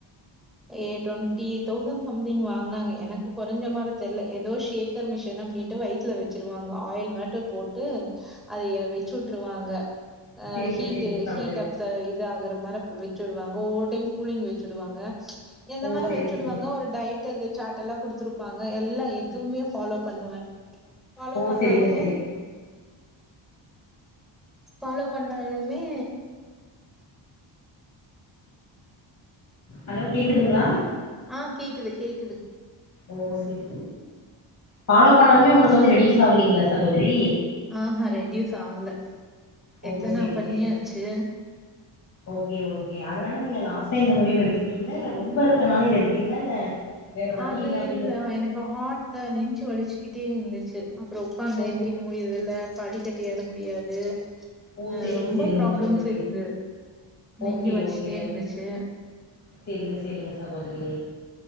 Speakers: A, in the centre; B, on the left.
A: ஏ டொண்டி தௌசண்ட் சம்திங் வாங்குனாங்க எனக்கு கொறைஞ்ச மாரி தெர்ல ஏதோ ஷேக்கர் மிஷன் அப்படின்டு வயித்துல வச்சு ருவாங்கா ஆயில் மட்டு போட்டு அதைய வச்சு வுட்டுருவாங்க அ
B: செரிங்க
A: ஹீட்டு
B: செரிங்க சகோதரி
A: ஹீட் அப் ப இது ஆகுற மாரி அப்ப வச்சிடுவாங்க ஒவ்வொரு டைம் கூலிங்கு வச்சிடுவாங்க இந்த
B: ஓ
A: மாரி
B: செரிங்க
A: வச்சுடுவாங்க
B: செரி
A: ஒரு டயட் டு சார்ட்டு எல்லா குடுத்துருப்பாங்க எல்லா எதுவுமே ஃபாலோ பண்ணுவே ஃபாலோ
B: ஓ
A: பண்ணாலுமே
B: செரிங்க செரிங்க
A: ஃபாலோ பண்ணாலுமே
B: ஹலோ கேக்குதுங்ளா
A: ஆ கேக்குது கேக்குது
B: ஓ சேரி ஃபாலோ பண்ணாலுமே உங்களுக்கு
A: ஆ
B: வந்து ரெடியூஸ் ஆகலைங்ளா சகோதரி
A: ஆஹா ரெடியூஸ் ஆகல
B: ஓ
A: எத்தன
B: செரி
A: பண்ணியாச்சு
B: செரி ஓகே ஓகே அதனால நீங்க லாஸ்ட் டைம் இந்த முடிவு எடுத்துட்டீங்ளா இல்ல ரொம்ப இருக்கனால இது எடுத்தீங்ளா இல்ல வேற வழி
A: அது
B: அப்டிங்கற
A: இல்ல எனக்கு ஹாட்ல நெஞ்சு வலிச்சு கிட்டே இருந்துச்சு அப்றோ உக்காந்தா
B: ஓ
A: எந்திரிக்க முடியறது இல்ல படிக்கட்டு ஏற முடியாது
B: ஓ
A: அ
B: செரிங்க
A: ரொம்ப
B: செரிங்க
A: ப்ராப்ளம்ஸ்
B: சகோதரி
A: இருந்து நெஞ்சு
B: ஓகே
A: வலிச்ட்டே
B: ஓகே
A: இருந்துச்சு
B: செரிங்க செரிங்க சகோதரி